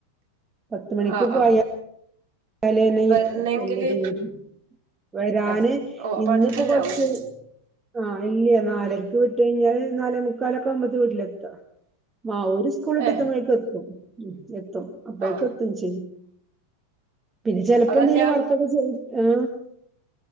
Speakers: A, on the right (about 15°); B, on the right (about 55°).
A: പത്ത്മണിക്ക്
B: ആഹ്
A: പോയാ
B: ആഹ്
A: തലേന്നേ
B: വരണെങ്കില്
A: എത്തും വല്യ ദൂരം വരാന്
B: ഏഹ് ഓഹ് അപ്പൊ
A: ഇന്ന്പ്പോ
B: അടുത്തന്നെ
A: കൊറ്ച്ച്
B: ആവൂലേ
A: ആ ഇല്ല്യ നാലരക്ക് വി ട്ട്കയ്ഞ്ഞാല് നാലേ മുക്കാലൊക്കാവുമ്പത്ത് വീട്ട്ലെ ആ ഓര് സ്കൂളിട്ടത്തുമ്പോഴക്കെത്തും
B: ഏഹ്
A: ഉം എത്തും അപ്പോക്കെത്തും
B: ആഹ്
A: ചെയ്യു പിന്നെ ചെലപ്പെന്തേലും
B: അതല്ല
A: വർക്കൊക്കെ ചെയ് ആ